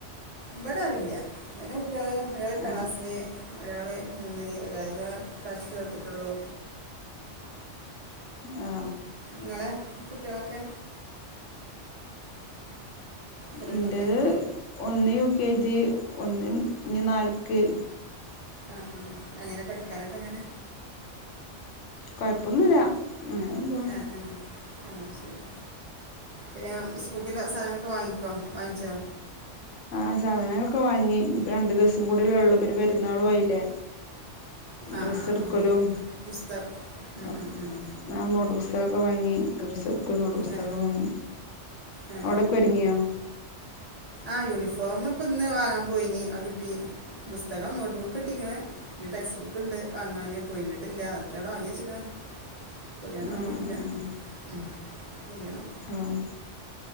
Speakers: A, on the right; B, on the left.
A: ഇവടാരൂല്ല അയിന് കുട്ടികള് ഒരാള് എട്ടാം
B: ആഹ്
A: ക്ലാസ്സില്. ഒരാള് മൂന്നില് ഒരാള് ഇപ്രാശ്യം ചേർത്തിട്ടുള്ളൂ.
B: ആ
A: ങ്ങളെ കുട്ടേളൊക്കെ. ചെറിയ
B: ഇന്റെത്
A: കുട്ടി- വലിയ
B: ഒന്ന് യു കെ ജി ഒന്ന് ഇഞ്ഞി നാല്ക്ക്.
A: ആഹ് ആഹ് ങ്ങനെ പഠിക്കാനൊക്കെ എങ്ങനെ
B: കൊഴപ്പൊന്നുല്ല അങ്ങനെ പോണ്
A: അ ആ ആഹ് ശരി പിന്നെ സ്കൂളിക്ക്ള്ള സാനങ്ങളൊക്കെ വാങ്ങി ക്കൊ വാങ്ങ്ച്ചൊ
B: ആഹ് സാധനങ്ങളൊക്കെ വാങ്ങി ഇനിപ്പോ രണ്ടു ദിവസം കൂടിയല്ലുള്ളൂ പിന്നെ പെരുന്നാളു ആയില്ലേ
A: ആ
B: ഡ്രസ്സ്
A: ആ
B: എടുക്കലും
A: ആ പുസ്തകം ഉം,
B: അ
A: ഉം, ഉം.
B: ആഹ് നോട്ട് പുസ്തൊക്കെ വാങ്ങി ഡ്രസ്സെടുക്കലും നോട്ട് പുസ്തകം
A: ആ
B: വാങ്ങി
A: ആ
B: അവിടെക്കൊരുങ്ങിയോ
A: ആഹ് യൂണിഫോമ് ഇപ്പിന്ന് വാങ്ങാൻ പോയിനി അത് കിട്ടി പുസ്തകം നോട്ട് ബുക്ക് കിട്ടീക്കണ് ഇനി ടെക്സ്റ്റ് ബുക്കുണ്ട് വാങ്ങാന് പോയിഞ്ഞിട്ടില്ല അവക്കടെ വാങ്ങി വെച്ചേക്കണ് പൊതിയാൻ നോക്കീട്ടില്ല
B: ആഹ് ആഹ്
A: ഉം പൊതിയണം
B: ആഹ് ആഹ്